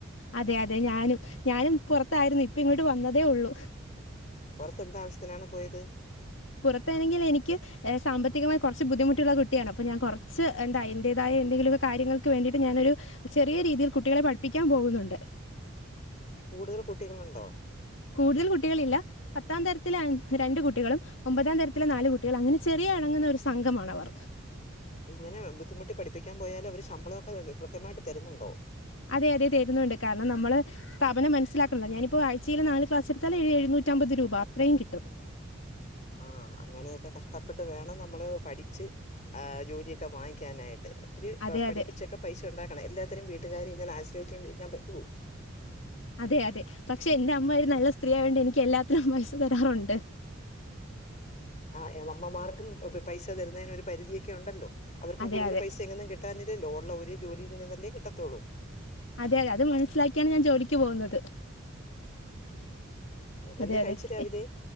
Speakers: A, on the left; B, on the left.
A: അതെ അതെ ഞാനും ഞാനും പുറത്തായിരുന്നു ഇപ്പ ഇങ്ങോട് വന്നതേഒള്ളു
B: പുറത്ത് എന്താവശ്യത്തിനാണ് പോയത്
A: പുറത്താണെങ്കിൽ എനിക്ക് സാമ്പത്തികമായി കൊറച്ച് ബുദ്ധിമുട്ടുള്ള കുട്ടിയാണ് അപ്പ ഞൻ കൊറച്ച്എന്ത അയിന്റെതായ എന്തെങ്കിലും കാര്യങ്ങൾക്ക് വേണ്ടിട്ട് ഞാനൊരു ചെറിയ രീതിയിൽ കുട്ടികളെ പഠിപ്പിക്കാൻപോകുന്നുണ്ട്
B: കൂടുതൽ കുട്ടികളുണ്ടോ
A: കൂടുതൽ കുട്ടികളില്ല പത്താംതരത്തിലെ രണ്ട് കുട്ടികളും ഒമ്പതാം തരത്തില് നാല്കുട്ടികൾ അങ്ങനെ ചെറിയഇ ണങ്ങുന്നഒരു സംഘമാണവർ
B: ഇങ്ങനെ ബുദ്ധിമുട്ടി പഠിപ്പിക്കാൻ പോയാല് അവര് ശമ്പളൊക്കെ കൃത്യമായിട്ട് തരുന്നുണ്ടോ
A: അതെ അതെ തരുന്നുണ്ട് കാരണം നമ്മള് സ്ഥാപനം മനസിലാകണല്ല ഞാനിപ്പോ ആഴ്ചയില് നാല് ക്ലാസ് എടുത്താല് ഏഴ് എഴുന്നൂറ്റമ്പത് രൂപ അത്രയുംകിട്ടും
B: ആഹ് അങ്ങനെക്കെ കഷ്ട്ട കിട്ടിയിട്ട് വേണം നമ്മള് പഠിച്ച് ആ ജോലിക്കെ വാങ്ങിക്കാനായിട്ട് ഒത്തിരി
A: അതെ
B: പ പഠിപ്പിച്ചൊക്കെ
A: അതെ
B: പൈസഉണ്ടാക്കണംഎല്ലാത്തിനും വീട്ടുകാരെ ഇങ്ങനെ ആശ്രയിച്ചുകൊണ്ടരിക്കൻ പറ്റൊ
A: അതെ അതെ പക്ഷെ എന്റെ അമ്മ ഒരു നല്ല സ്ത്രീആയോണ്ട് എനിക്ക് എല്ലാത്തിനും പൈസ തരാറുണ്ട്
B: ആഹ് എഹ് ഞങ്ങളമ്മമ്മാര്ക്കും പ് പ് പൈസ തരുന്നേന് ഒര് പരിധിയൊക്കെ ഉണ്ടല്ലോ അവർക്കും
A: അതെ
B: കൂടുതല്
A: അതെ
B: പൈസ എങ്ങ്ന്നും കി കിട്ടാന്റെ <unintelligible> ലോണുള്ള ഒരു ജോലിയിൽ നിന്നല്ലേ കിട്ടതൊള്ളൂ
A: അതെ അതെ അത് മനസിലാക്കിയാണ് ഞാൻജോലിക്ക്പോകുന്നത്
B: ഉം,
A: അതെ
B: എന്ത്
A: അതെ
B: കഴിച്ചു രാവിലെ
A: എ